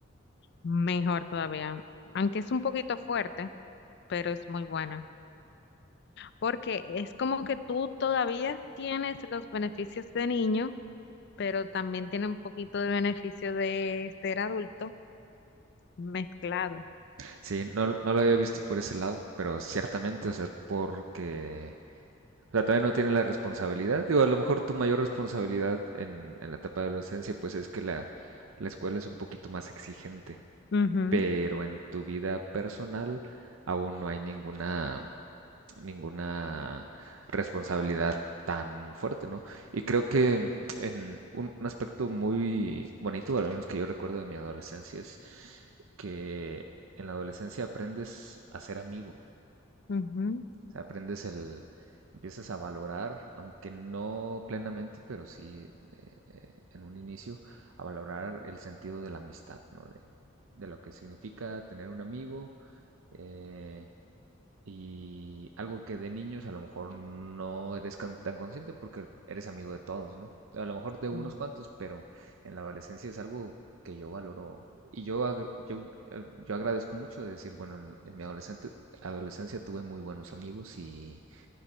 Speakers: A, on the left; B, on the right.
A: Mejor todavía, aunque es un poquito fuerte, pero es muy buena, porque es como que tú todavía tienes los beneficios de niño, pero también tiene un poquito de beneficio de ser adulto mezclado.
B: Sí, no, no lo había visto por ese lado, pero ciertamente, o sea, porque, o sea, todavía no tiene la responsabilidad. Digo, a lo mejor tu mayor responsabilidad en, en la etapa de adolescencia, pues es que la, la escuela es un poquito más exigente,
A: Ujú,
B: pero en tu vida personal aún no hay ninguna ninguna responsabilidad tan fuerte, ¿no? Y creo que en un, un aspecto muy bonito, al menos que yo recuerdo de mi adolescencia, es que en la adolescencia aprendes a ser amigo,
A: ujú,
B: o sea, aprendes el, empiezas a valorar, aunque no plenamente, pero sí eh, eh, en un inicio, a valorar el sentido de la amistad, ¿no? De, de lo que significa tener un amigo, eh, y algo que de niños a lo mejor no eres can- tan consciente porque eres amigo de todos, ¿no? A lo mejor de unos
A: sí,
B: cuantos, pero en la adolescencia es algo que yo valoro. Y yo, agr- yo, eh, yo agradezco mucho de decir, bueno, en, en mi adolescente, adolescencia tuve muy buenos amigos y